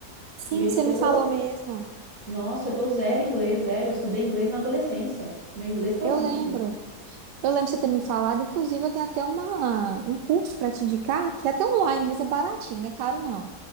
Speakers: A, on the right; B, on the right.
A: Sim,
B: E eu
A: você
B: tô,
A: me falou mesmo,
B: nossa, eu tô zero inglês, zero. Eu estudei inglês na adolescência. Meu inglês tá
A: eu
B: horrível.
A: lembro. Eu lembro de você ter me falado, inclusive eu tenho até uma, um curso para te indicar, que é até online, mas é baratinho, não é caro não.